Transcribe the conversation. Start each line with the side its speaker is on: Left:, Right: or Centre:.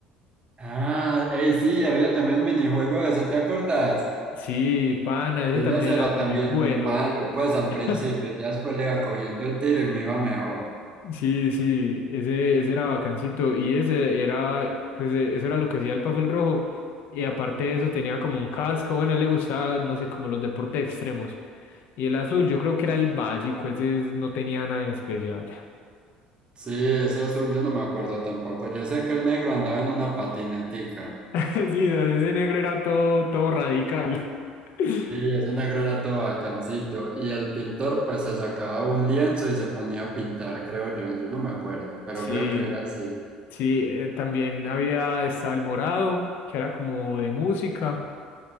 Right: Ah, hey, sí, había también un minijuego de eso, ¿te acordás?
Left: Sí, pana, ese
Right: Yo en
Left: también
Right: ese
Left: era
Right: era
Left: muy
Right: también
Left: bueno.
Right: muy malo, pues al
Left: <laughs>
Right: principio, ya después le iba cogiendo el tiro y me iba mejor.
Left: Sí, sí, ese, ese era bacancito y ese era, pues eh, eso era lo que hacía el papel rojo y aparte de eso tenía como un casco, bueno, a él le gustaba, no sé, como los deportes extremos y el azul yo creo que era el básico, ese es- no tenía nada en especial.
Right: Sí, ese azul yo no me acuerdo tampoco. Yo sé que el negro andaba en una patinetica.
Left: <laughs> Sí, o sea, ese negro era todo, todo radical. <laughs>
Right: Sí, ese negro era todo bacancito. Y el pintor pues se sacaba un lienzo y se ponía a pintar, creo yo. Yo no me acuerdo, pero
Left: Sí.
Right: creo que era así.
Left: Sí, eh, también había estaba el morado, que era como de música.